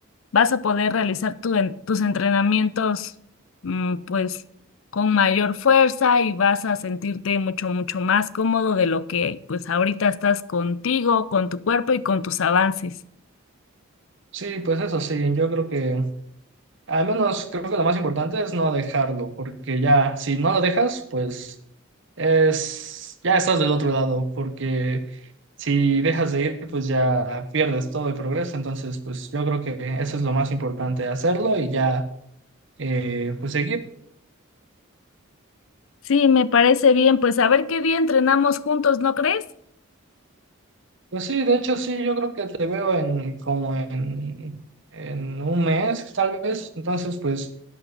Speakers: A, on the left (about 65°); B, on the right (about 55°).
A: vas a poder realizar tu en- tus entrenamientos mm, pues con mayor fuerza y vas a sentirte mucho, mucho más cómodo de lo que pues ahorita estás contigo, con tu cuerpo y con tus avances.
B: Sí, pues eso sí, yo creo que al menos creo que lo más importante es no dejarlo, porque ya si no lo dejas, pues es ya estás del otro lado, porque Si dejas de ir, pues ya pierdes todo el progreso. Entonces, pues yo creo que eso es lo más importante, hacerlo y ya, eh, pues seguir.
A: Sí, me parece bien, pues a ver qué día entrenamos juntos, ¿no crees?
B: Pues sí, de hecho, sí, yo creo que te veo en como en, en un mes, tal vez. Entonces, pues